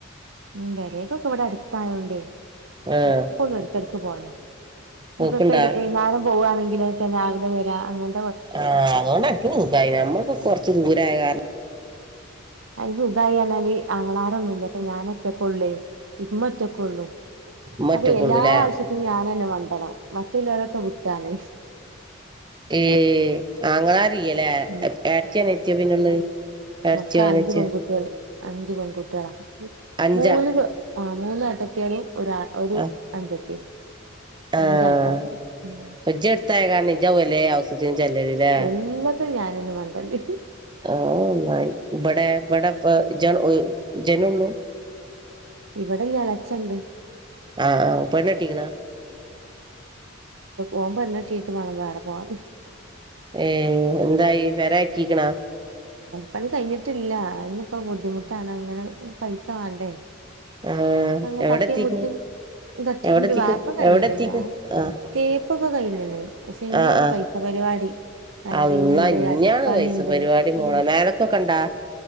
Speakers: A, on the right; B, on the right.
A: ഉം പേരെക്കൊക്കെ ഇവിടെ അടുത്തായൊണ്ടേ
B: ആഹ്
A: എപ്പഴും ഇടക്കിടക്ക് പോകലാ
B: പോക്ക്ണ്ടാ
A: ഇപ്പ ഇപ്പൊനും വൈകുന്നേരം പോവുവാണെങ്കിലെ രാവിലെ വരാ അങ്ങന
B: ആ അതുകൊണ്ട് <unintelligible> നമ്മക്ക് കൊറച്ച് ദൂരായ കാരണം
A: അതിന് സുഖമായിഞ്ഞാല് ആങ്ങളരൊ ന്നുല്ല അപ്പൊ ഞാനൊറ്റക്കോള്ളെ ഇമ്മറ്റക്കള്ളു
B: ഉമ്മറ്റക്കൊള്ളൂല്ലേ
A: അപ്പൊ എല്ലാവശ്യത്തും ഞാൻ തന്നെ വണ്ടണം ബാക്കില്ലോല്ലോക്കെ വ്ട്ടാണ്
B: ഏ ആങ്ങളാരില്ലല്ലേ,
A: ഉം
B: ഏട്ത്തി, അനിയത്തിയാ, പിന്നെള്ളെ ഏട്
A: ക്ക
B: അനിയത്തിയോ
A: അണ്ട് പെൺകുട്ട്യാള് അഞ്ച് പെൺകുട്ടി ആളാ
B: അഞ്ചാ
A: മൂന്ന് ആ മൂന്ന്ഏട്ടത്തിയാള് ഒര ഒരു
B: ആഹ്
A: അൻജത്തിം
B: ആഹ്
A: അഞ്ചൾക്കാര് ഉം
B: ഇജ്ജ് എടുത്തായ കാരണം ഇജ്ജാവല്ലേ ഹൗസിത്തിന് ചെല്ലലില്ലേ
A: എല്ല ല്ലത്തിനും ഞനെന്നെ മണ്ടണ്ടെ
B: ആഹ് അഹ് ന്നന്നായി ഇബെടെ ബടപ്പം ഇജണ്ട് ഇജനോള്ളു?
A: ഇവടെ ഇഞ് എളച്ചണ്ട്
B: ആഹ് ആഹ് പെണ്ണ്ട്ടിക്ണോ?
A: ഓം പെണ്ണ് കെട്ടീട്ട് മാണം വേറെ പോകാൻ
B: ഏ എന്തായി പെരക്കിക്ണാ
A: പണി കഴിഞ്ട്ടില്ല അയ്ന് ഇപ്പോ ബുദ്ധിമുട്ടാണ് അങ്ങനെ പൈസ വാണ്ടേ
B: ആഹ്
A: അങ്ങ്
B: എവിടെ
A: തട്ടി
B: എത്തിക്കണ്
A: മുട്ടി തട്ടി
B: എവിടെ
A: മുട്ടി
B: എത്തിക്കും
A: വാർപ്പോക്കെ
B: എവിടെ
A: കഴിഞ്ന്
B: എത്തിക്കും
A: വ
B: ആഹ്
A: തേപ്പൊക്കെ കഴിഞ്ന് പക്ഷെ ഇഞാണ്
B: ആഹ് ആഹ്
A: പൈസ പരിപാടി വയറിങ്ണ്ട്
B: അള്ളാ ഇഞ്ഞാണ്
A: അടിപ്പണിണ്ട്
B: പൈസ പരിപാടി
A: ഹ്
B: മോളെ മേലക്കൊക്കെ ഇണ്ടാ